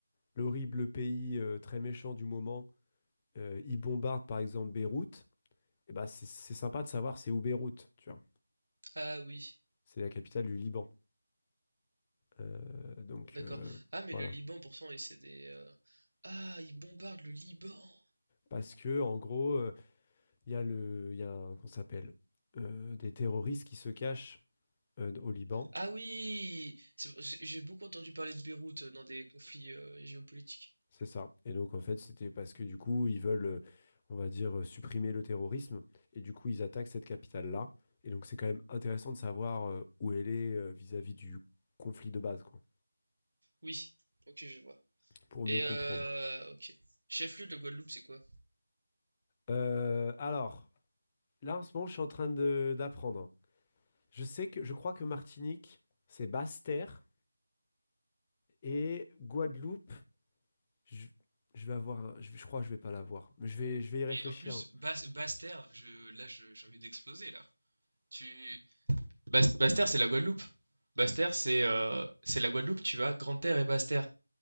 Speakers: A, on the left; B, on the right.
A: l'horrible pays euh, très méchant du moment, euh, il bombarde, par exemple, Beyrouth, et bah, c'est c'est sympa de savoir c'est où Beyrouth, tu vois.
B: Ah oui.
A: C'est la capitale du Liban. Euh, donc,
B: D'accord.
A: euh,
B: Ah, mais
A: voilà.
B: le Liban, pourtant, et c'est des. euh, Ah, ils bombardent le Liban.
A: Parce que, en gros... euh, Il y a le, il y a un- qu'on s'appelle euh, des terroristes qui se cachent euh, au Liban,
B: Ah oui! C'est- J'ai j'ai beaucoup entendu parler de Beyrouth euh, dans des conflits euh, géopolitiques.
A: c'est ça. Et donc en fait, c'était parce que du coup, ils veulent, euh, on va dire, euh, supprimer le terrorisme, et du coup, ils attaquent cette capitale-là. Et donc c'est quand même intéressant de savoir euh, où elle est euh, vis-à-vis du conflit de base, quoi,
B: Oui, ok, je vois.
A: pour
B: Et
A: mieux comprendre.
B: euh, ok. Chef-lieu de Guadeloupe, c'est quoi?
A: Euh, alors, là en ce moment, je suis en train de d'apprendre. Je sais que, je crois que Martinique, c'est Basse-Terre, et Guadeloupe, Je, je vais avoir. un- Je, je crois que je vais pas l'avoir. Mais je vais, je vais y réfléchir.
B: Mais en plus, Bas Basse-Terre, je, là, je- j'ai envie d'exploser, là. Tu... Bas- Basse-Terre, c'est la Guadeloupe. Basse-Terre, c'est euh, c'est la Guadeloupe, tu as Grande-Terre et Basse-Terre.